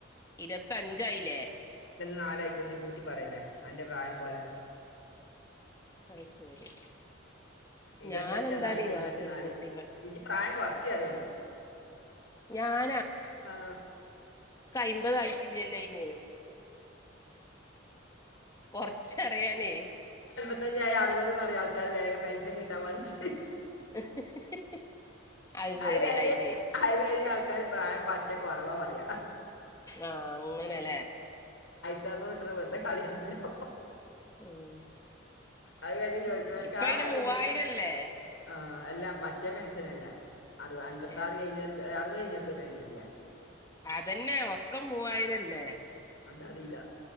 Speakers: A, on the left; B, on the left.
A: ഇരുവത്തഞ്ചയിലേ?
B: നാലായിട്ടേള്ളൂ നീ കൂട്ടി പറയല്ലേ. അൻ്റെ പ്രായം പോലെ
A: അയ് ശരി.
B: ഇരുവത്തഞ്ചന്നും
A: ഞാനെന്താടി
B: ആയിട്ടി ഇരുവത്തിനാല്
A: വാക്കില് കൂട്ടിപ്പ
B: ഇജ് പ്രായം കൊറച്ച് പറയാണ്.
A: ഞാൻ
B: പാ
A: ക്കയ്മ്പതായിട്ടില്ലല്ലോ അയിന്. കൊറച്ചറിയാനേ.
B: <unintelligible> അറുവതെന്ന്റയ് ആൾക്കാര് വേഗം പെൻഷൻ കിട്ടാൻ വാണ്ടിട്ട്.
A: <unintelligible>
B: അയ് വരി
A: അയിന്
B: അയ് വരി ആൾക്കാര് പ്രായം പറ്റെ കൊറവാ പറയാ.
A: ആ അങ്ങനെലേ?
B: ധർമട്ടണെ വെറുതെ കളിയണ്ടല്ലോ.
A: ഉം
B: അത് കാര്യം ചോദിക്കുന്നവർക്ക്
A: ഇപ്പ
B: ആ
A: അയിന് മൂവായിരല്ലേ?
B: ഇനി ആ അല്ല പറ്റേ പെൻഷനല്ല അറു അൻപത്താറ്
A: ഏഹ്
B: കഴിഞ്ഞോര്ക്ക് അറുപത് കഴിഞ്ഞോർക്ക് പെൻഷൻല്ലേ.
A: അതന്നെ ഒക്കെ മൂവായിരല്ലേ
B: അതറീല.